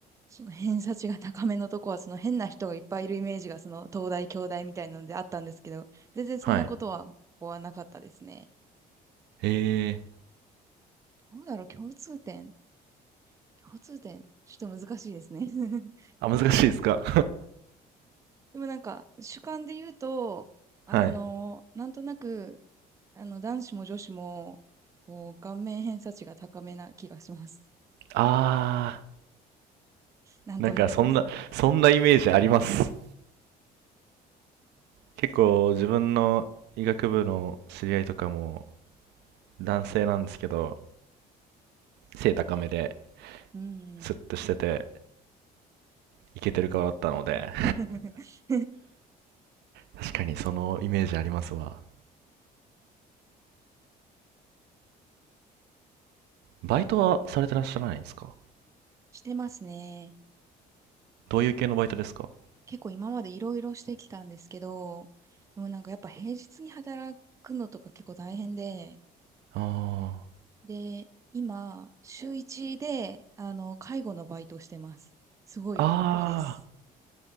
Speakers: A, on the right; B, on the right.
A: その偏差値が高めのとこは、その変な人がいっぱいいるイメージが、その東大、京大みたいなのであったんですけど、全然そんなことは、
B: はい。
A: ここはなかったですね。
B: へえ。
A: どうだろう、共通点。共通点、ちょっと難しいですね。<laughs>
B: あ、難しいですか
A: でもなんか、主観で言うと、あの、
B: <laughs> はい。
A: なんとなく、あの、男子も女子も、こう、顔面偏差値が高めな気がします。
B: あ
A: なんとなく。
B: ー、なんかそんな、そんなイメージあります。結構自分の医学部の知り合いとかも男性なんですけど、背高めで、
A: うん。
B: スッとしてて、イケてる顔だったので、
A: <laughs>
B: 確かにそのイメージありますわ。バイトはされてらっしゃらないんですか
A: してますね。
B: どういう系のバイトですか
A: 結構今までいろいろしてきたんですけど、でもなんかやっぱ平日に働くのとか結構大変で、
B: あ
A: で、今、週1で、あの、介護のバイトをしてます。すごいいいです。
B: あ。ああ、